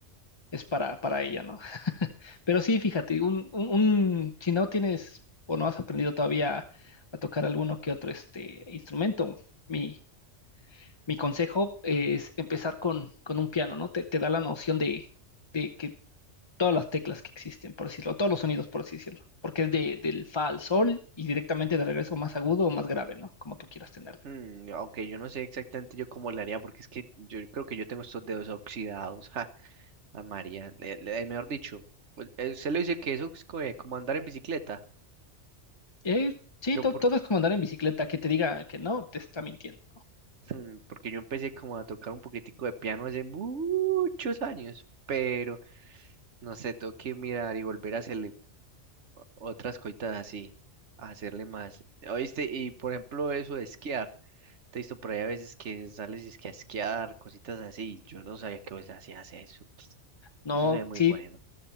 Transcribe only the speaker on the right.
Mm, ok, yo no sé exactamente yo cómo le haría, porque es que yo creo que yo tengo estos dedos oxidados. <laughs> Ja, a María, le- le- mejor dicho, u- eh, usted le dice que eso es co- eh, como andar en bicicleta.
Yo,
por,
Hmm, Porque yo empecé como a tocar un poquitico de piano hace muchos años, pero no sé, tengo que mirar y volver a hacerle otras cositas así, a hacerle más. ¿Oíste? Y por ejemplo, eso de esquiar, te he visto por ahí a veces que sales y es que a esquiar, cositas así, yo no sabía que vos hacías eso.
Eso se ve
muy
bueno.